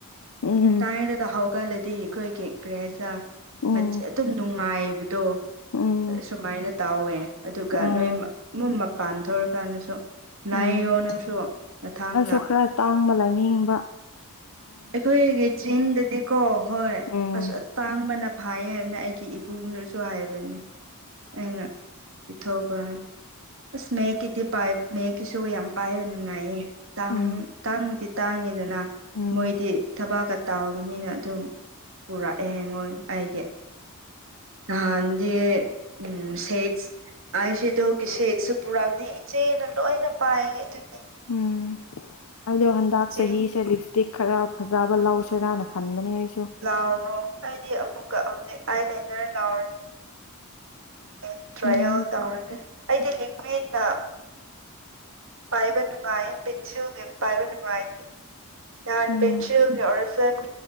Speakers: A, on the left; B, on the right.
A: ꯎꯝ
B: <unintelligible> ꯍꯧꯒꯠꯂꯗꯤ ꯑꯩꯈꯣꯏꯒꯤ ꯀꯔꯤ ꯍꯥꯏꯁꯤꯔ
A: ꯎꯝ
B: ꯑꯗꯨꯝ ꯅꯨꯡꯉꯥꯏꯕꯗꯣ
A: ꯎꯝ
B: ꯁꯨꯃꯥꯏꯅ ꯇꯥꯎꯋꯦ ꯑꯗꯨꯒ
A: ꯑꯣ
B: ꯅꯣꯏ ꯎꯝ ꯃꯄꯥꯟ ꯊꯣꯛꯔꯀꯥꯟꯗꯁꯨ ꯅꯥꯏꯌꯣ
A: ꯎꯝ
B: ꯅꯪꯁꯨ ꯃꯊꯥꯡꯗ
A: ꯑꯩꯁꯨ ꯈꯔ ꯇꯥꯡꯕ ꯂꯥꯏꯅꯤꯡꯕ
B: ꯑꯩꯈꯣꯏꯒꯤ ꯆꯤꯡꯗꯗꯤꯀꯣ ꯍꯣꯏ
A: ꯎꯝ
B: ꯑꯁ ꯇꯥꯡꯕꯅ ꯐꯥꯏ ꯍꯥꯏꯅ ꯑꯩꯒꯤ ꯏꯕꯨꯡꯗꯨꯁꯨ ꯍꯥꯏꯕꯅꯤ ꯑꯩꯅ ꯄꯤꯊꯣꯄ ꯑ ꯃꯦꯀꯤꯗꯤ ꯄꯥꯏ ꯃꯦꯛ ꯀꯤꯁꯨ ꯌꯥꯝ ꯄꯥꯏꯕ ꯅꯨꯡꯉꯥꯏꯌꯦ ꯇꯥꯡ
A: ꯎꯝ
B: ꯇꯥꯡꯕꯗꯤ ꯇꯥꯡꯉꯤꯗꯅ
A: ꯎꯝ
B: ꯃꯣꯏꯗꯤ ꯊꯕꯥꯛꯀ ꯇꯕꯅꯤꯅ ꯑꯗꯨꯝ ꯄꯨꯨꯔꯛꯑꯦꯉꯣꯏ ꯑꯩꯒꯤ ꯅꯍꯥꯟꯗꯤ ꯎꯝ ꯁꯦ ꯑꯩ ꯁꯤꯗꯣꯒꯤꯁꯦꯁꯨ ꯄꯨꯔꯥꯝꯅꯦ ꯏꯆꯦꯅ ꯂꯣꯏꯅ ꯄꯥꯏꯌꯦ ꯑꯗꯨꯒꯤ
A: ꯎꯝ ꯑꯗꯣ ꯍꯟꯗꯛ
B: ꯏꯆꯦ
A: ꯆꯍꯤꯁꯦ ꯂꯤ ꯇꯤꯛ ꯈꯔ ꯐꯖꯕ ꯂꯧꯁꯦꯔꯅ ꯈꯟꯕꯅꯦ ꯑꯩꯁꯦ
B: ꯂꯥꯎꯔꯣ ꯑꯩꯗꯤ ꯑꯃꯨꯛꯀ ꯑꯣꯅꯤꯛ ꯑꯥꯏ ꯂꯥꯢꯅꯔ ꯂꯥꯎꯔꯥꯅꯤ ꯑꯇ꯭ꯔꯥꯏꯑꯦꯜ
A: ꯎꯝ
B: ꯇꯧꯔꯒꯦ ꯑꯩꯗꯤ ꯂꯤꯀ꯭ꯋꯤꯗꯅ ꯄꯥꯏꯕ ꯅꯨꯡꯉꯥꯏ ꯄꯦꯟꯁꯤꯜꯖꯦ ꯄꯥꯏꯕ ꯅꯨꯡꯉꯥꯏꯇꯦ ꯌꯥꯟ
A: ꯎꯝ
B: ꯄꯦꯟꯁꯤꯜꯖꯦ ꯑꯣꯔꯤ ꯐꯂꯦꯝꯒꯤ